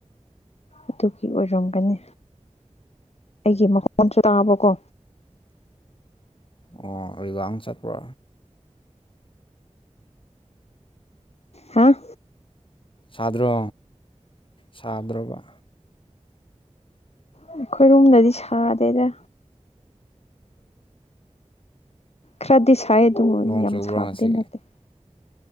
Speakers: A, on the left (about 60°); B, on the left (about 45°).
A: ꯑꯗꯨꯒꯤ ꯑꯣꯏꯔꯝꯒꯅꯤ ꯑꯩꯒꯤ ꯃꯈꯣꯟꯁꯨ ꯇꯥꯕꯀꯣ
B: ꯑꯣ ꯑꯕꯥꯡ ꯆꯠꯄ꯭ꯔꯣ
A: ꯍꯥꯥ
B: ꯁꯥꯗ꯭ꯔꯣ ꯁꯥꯗ꯭ꯔꯣꯕ
A: ꯑꯩꯈꯣꯏꯔꯣꯝꯗꯗꯤ ꯁꯥꯗꯦꯗ ꯈꯔꯗꯤ ꯁꯥꯏꯗ
B: ꯅꯣꯡ
A: ꯌꯥꯝ
B: ꯆꯨꯕ꯭ꯔꯣ
A: ꯁꯥꯕꯗꯤ
B: ꯉꯁꯤ
A: ꯅꯠꯇꯦ